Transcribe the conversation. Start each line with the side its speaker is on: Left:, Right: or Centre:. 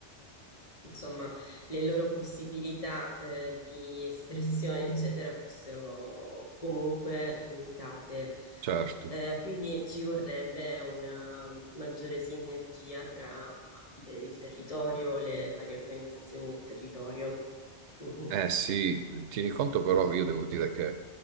Left: insomma, le loro possibilità eh, di espressione, eccetera, fossero comunque limitate.
Right: certo.
Left: Eh, quindi ci vorrebbe una maggiore sinergia tra le- il territorio, le varie organizzazioni del territorio. Mm,
Right: Eh
Left: mm.
Right: sì, tieni conto però, io devo dire che